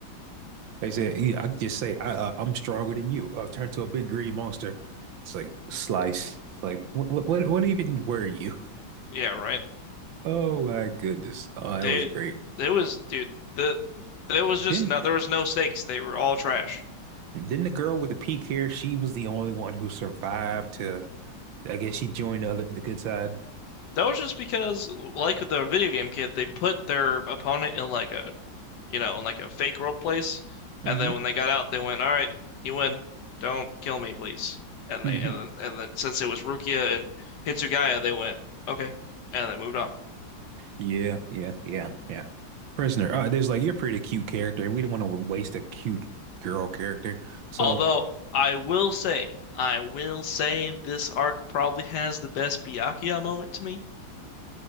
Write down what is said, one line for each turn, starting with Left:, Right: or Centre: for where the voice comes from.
Right: They said, yeah, I just say I, uh, I'm stronger than you. I'll turn to a big green monster. It's like slice. It's like what, what, what, what even were you?
Left: Yeah, right.
Right: <laughs> Oh my goodness. Oh, that
Left: They
Right: was great.
Left: it was dude, the there was
Right: Then,
Left: just no there was no stakes. They were all trash.
Right: then the girl with the pink hair. She was the only one who survived to. I guess she joined the other the good side.
Left: That was just because, like the video game kid, they put their opponent in like a, you know, in like a fake world place,
Right: hmm
Left: and then when they got out, they went, "All right, you win. Don't kill me, please." And
Right: hmm
Left: they and then, and then since it was Rukia and Hitsugaya, they went, "Okay," and then moved on.
Right: Yeah, yeah, yeah, yeah. Prisoner. Uh, there's like you're a pretty cute character. We didn't want to waste a cute girl character. So,
Left: Although I will say, I will say this arc probably has the best Byakuya moment to me.